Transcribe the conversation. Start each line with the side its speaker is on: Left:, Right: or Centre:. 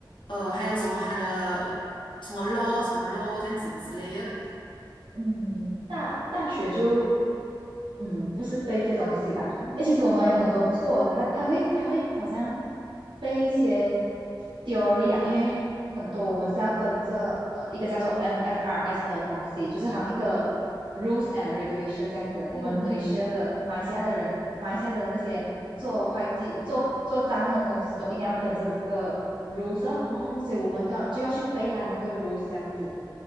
Left: 呃，还有什么它的什么 law 什么 law 这样子之类的。
Right: <laughs> 嗯，大大学就嗯，不是背这东西吧？
Left: 哦，
Right: 哎，其实我们有很多做的，他他会他会好像背一些 theory 啊，因为很多我们是要跟着呃一个叫做 MFRS 的东西，就是好像一个 rules and regulation 这样子。
Left: 嗯嗯，
Right: 我们 Malaysia 的马来西亚的人，马来西亚的那些做会计、做做账的公司都一定要跟着这个 rules 哦，
Left: 哦，
Right: 所以我们都要就要去背它那个
Left: 原来
Right: rules 这样子。